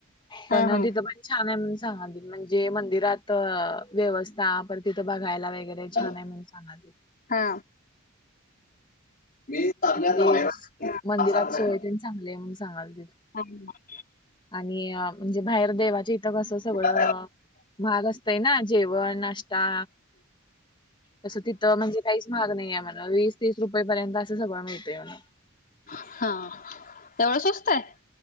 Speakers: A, on the left; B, on the left.
A: पण
B: हा हा
A: तिथं छान आहे सांगालते, म्हणजे मंदिरात व्यवस्था आपण तिथं बघायला वगैरे लय
B: हॅलो
A: छान म्हणून सांगालती.
B: हा मी चाललोय आता
A: तेच,
B: बाहेर
A: मंदिरात सोय तेन चांगली हाय, म्हणून सांगालतीत.
B: हा हा.
A: आणि म्हणजे बाहेर देवाची कसं सगळं,
B: हा
A: महाग असतंय ना, जेवण, नाश्ता. तसं तिथं म्हणजे काहीच महाग नाही आहे म्हण, वीस तीस रुपये पर्यंत असं सगळं मिळतय म्हण.
B: हा एवढं स्वस्त आहे